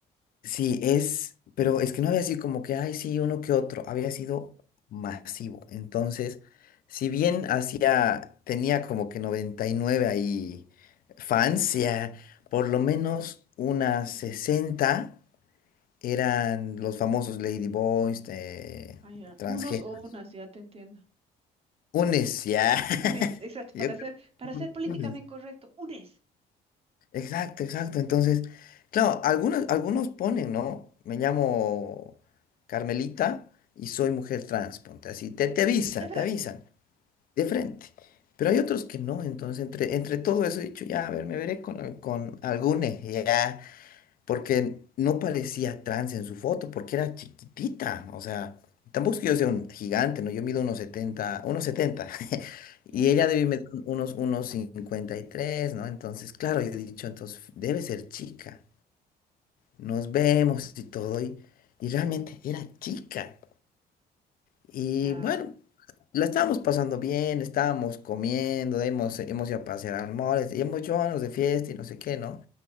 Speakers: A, on the left; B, on the right.
A: Sí, es, pero es que no había sido como que, ay, sí, uno que otro, había sido masivo. Entonces, si bien hacía, tenía como que 99 ahí fans, ya por lo menos unas 60 eran los famosos Lady Boys, eh,
B: Ah, ya.
A: transgénero,
B: Unos o unas, ya te entiendo.
A: unes, ya,
B: Unes,
A: <laughs>
B: exacto,
A: yo
B: para
A: creo
B: ser, para ser
A: que
B: políticamente
A: unes.
B: correcto, unes.
A: Exacto, exacto. Entonces, claro, algunos, algunos ponen, ¿no? Me llamo Carmelita y soy mujer trans, ponte así. Te, te avisan,
B: De frente.
A: te avisan, de frente. Pero hay otros que no, entonces entre, entre todo eso he dicho, ya, a ver, me veré con, al- con algune, ya porque no parecía trans en su foto, porque era chiquitita, o sea, tampoco es que yo sea un gigante, ¿no? Yo mido unos setenta, unos setenta, <laughs> y
B: Ya,
A: ella debe medir unos, unos 53, ¿no? Entonces, claro, yo he dicho, entonces, debe ser chica, nos vemos y todo, y, y realmente era chica. Y
B: ya,
A: bueno, la estábamos pasando bien, estábamos comiendo, de ahí hemos, hemos ido a pasear al mall, este, y hemos hecho unos de fiesta y no sé qué, ¿no?